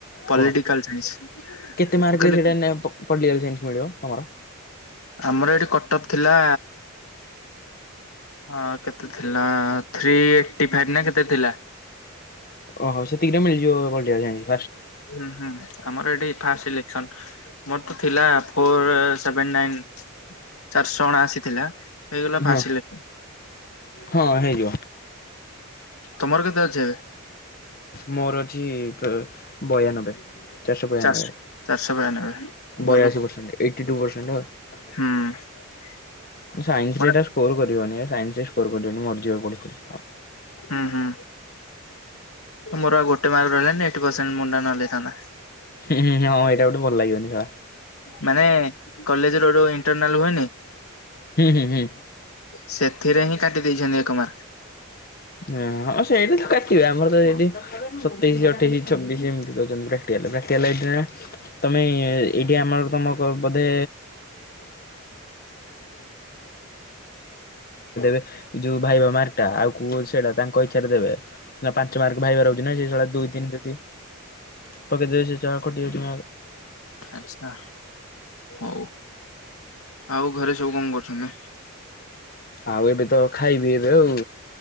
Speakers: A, on the left; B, on the left.
A: ପଲିଟିକାଲ୍
B: କୁହ
A: ସାଇନ୍ସ।
B: କେତେ ମାର୍କ
A: ମୁଁ କହିଲି
B: ରେ ସେଇଟା ନିଏ ପଲିଟିକାଲ୍ ସାଇନ୍ସ ମିଳିବ ତମର?
A: ଆମର ଏଠି କଟପ୍ ଥିଲା ହଁ କେତେ ଥିଲା, ଥ୍ରୀ ଏଇଟି ଫାଇପ୍ ନା କେତେ ଥିଲା।
B: ଓହୋ, ସେତିକିଟା ମିଳିଯିବ ପଲିଟିକାଲ୍ ସାଇନ୍ସ।
A: ହୁଁ ହୁଁ। ଆମର ଏଠି ଫାଷ୍ଟ ସିଲେକ୍ସନ। ମୋର ତ ଥିଲା ଫୋର ସେଭେନ୍ ନାଇଁନ୍। ଚାରିଶ ଅଣାଅସି ଥିଲା। ହେଇଗଲା
B: ହଁ।
A: ଫାଷ୍ଟ୍ ସିଲେକ୍-
B: ହଁ ହେଇଯିବ
A: ତମର କେତେ ଅଛି ଏବେ?
B: ମୋର ଅଛି କେ ବୟାନବେ। ଚାରିଶହ ବୟାନବେ।
A: ଚାରିଶ ଚାରିଶହ ବୟାନବେ ଭଲ
B: ବୟାଅଶୀ ପର୍ସେଣ୍ଟ, ଏଇଟି ଟୁ ପର୍ସେଣ୍ଟ ଆଉ।
A: ହୁଁ।
B: ସାଇନ୍ସ
A: ମାନେ
B: ରେ ଏଟା ସ୍କୋର୍ କରିବନି। ସାଇନ୍ସ ରେ ସ୍କୋର୍ କରିବନି, ମରିଯିବ ପଢିକି।
A: ହୁଁ ହୁଁ। ମୋର ଆଉ ଗୋଟେ ମାର୍କ ରହିଲାନି ଏଇଟି ପର୍ସେଣ୍ଟ ମୁଣ୍ଡା ମାରିଦେଇ ଥାନ୍ତା।
B: ହେଁ ହେଁ, ହଁ ଏଇଟା ଗୋଟେ ଭଲ ଲାଗିବନି ସଳା।
A: ମାନେ କଲେଜ୍ ରେ ଗୋଟେ ଇଣ୍ଟରନାଲ୍ ହୁଏନି
B: ହୁଁ ହୁଁ ହୁଁ।
A: ସେଥିରେ ହିଁ କାଟି ଦେଇଛନ୍ତି ଏକ ମାର୍କ।
B: ହ ହଁ ସେଇଟା ତ କାଟିବେ ଆମର ତ ସେଇଠି ସତେଇଶ, ଅଠେଇଶି, ଛବିସ୍ ଏମିତି ଦଉଛନ୍ତି ପୁରା। <unintelligible> ତମେ ଏଇଠି ଆମର ତମକୁ ବୋଧେ <unintelligible> ଏ ଯୋଉ ଭାଇବା ମାର୍କ ଟା ଆଉ କୁ ସେଇଟା ତାଙ୍କ ଇଚ୍ଛାରେ ଦେବେ। ନା ପାଞ୍ଚ ମାର୍କ ଭାଇବା ରହୁଛି ନା ସେ ସଳା ଦୁଇ ତିନି ଜଦୀ ପକେଇଦବେ ସେ ସଳା କଟି ଯାଉଛି ମାର୍କ।
A: ଆଛା ହୋଉ। ଆଉ ଘରେ ସବୁ କଣ କରୁଛନ୍ତି?
B: ଆଉ ଏବେ ତ ଖାଇବି ଏବେ ଆଉ।